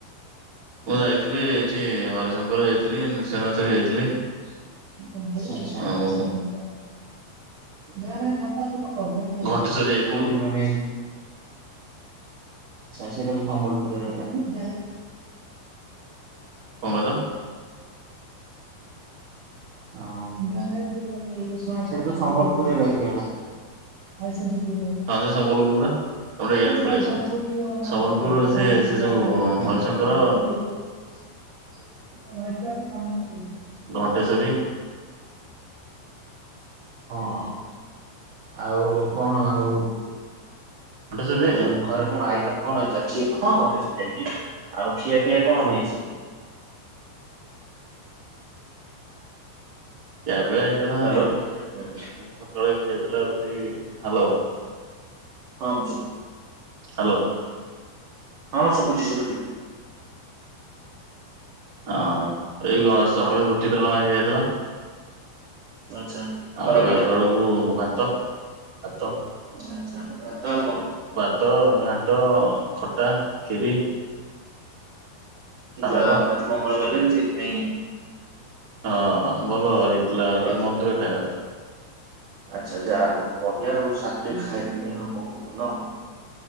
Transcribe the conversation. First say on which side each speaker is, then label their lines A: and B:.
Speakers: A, on the right; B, on the right.
A: ମୁଁ ଯାଇଥିଲି ଏଠି ହରିଶଙ୍କର ଯାଇଥିଲି ନୃସିଅନାଥ ବି ଯାଇଥିଲି।
B: <inaudible>
A: ଆଉ ଘଣ୍ଟେଶ୍ଵରୀ ଯାଇଥିଲୁ
B: କୋଉଠି ମାନେ। ଆଛା ସେଇଟା ତ ସମ୍ବଲପୁରରେ ରହିଲା।
A: କଣ କହିଲ?
B: ହଉ ସେଠ ତ ସମ୍ବଲପୁରରେ ରହିଗଲା। <inaudible>
A: <inaudible> ତ ଗୋଟେ
B: ରହିଗଲା।
A: ଇଆଡ଼େ ପଳେଇ ଆସ ସମ୍ବଲପୁର ସେ ସେ ଯେଉଁ ହରିଶଙ୍କର
B: <inaudible>
A: ଘଣ୍ଟେଶ୍ଵରୀ
B: ହଁ ହଁ ଆଉ କଣ ଆଉ
A: ଘଣ୍ଟେଶ୍ଵରୀ ଯାଇଛ?
B: ଆଉ ଘରେ କଣ ଆଇକ କଣ ହେଇଥିଲା ଖ ହଁ ଘଟେଶ ଯାଇଛି ଆଉ ଖିଆପିଆ କଣ ହେଇଛି।
A: କେବେ ହେଇଥିଲା
B: ହ୍ୟାଲୋ ହଁ
A: ସକାଳେ ଖିଆଇଥିଲା ରୁଟି ହାଲୁ
B: ହଁ
A: ହ୍ୟାଲୋ
B: ହଁ ଶୁଭୁଛି ଶୁଭୁଛି ଭାଇ
A: ହଁ ଏଇଣ ସକାଳେ ରୁଟି ଡାଲମା ହେଇଯାଇଥିଲା
B: ଆଚ୍ଛା
A: ଆଉ
B: ଖରାବେଳେ
A: ଗାଧୁଆ ବଳକୁ ଭାତ ଭାତ
B: ଆଚ୍ଛା ମ ଆଉ କଣ
A: ଭାତ ଘାଟ ଖଟା ଖିରି ସାଲାଟ
B: ଯା ଆଜ ମଙ୍ଗଳ ଗଲେ ସେଇଥି ପାଇଁ
A: ହଁ ଭଲ ହେଇଥିଲା ଏଠି
B: ତରକାରୀ
A: ମନ୍ଦିର ଖାଇବା
B: ଆଚ୍ଛା ଯାହା ବଢିଆ ଆଉ ସଵାସ୍ ଖାଇକି ବହୁତ ଭଲ ଆଉ